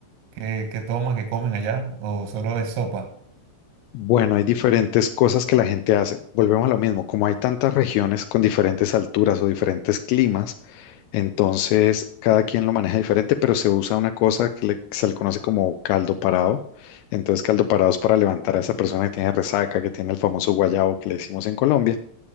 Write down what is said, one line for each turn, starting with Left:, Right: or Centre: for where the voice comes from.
Right: ¿Qué, qué toman, qué comen allá? ¿O solo es sopa?
Left: Bueno, hay diferentes cosas que la gente hace. Volvemos a lo mismo, como hay tantas regiones con diferentes alturas o diferentes climas, entonces cada quien lo maneja diferente, pero se usa una cosa que le- se le conoce como caldo parado. Entonces, caldo parado es para levantar a esa persona que tiene resaca, que tiene el famoso guayabo que le decimos en Colombia.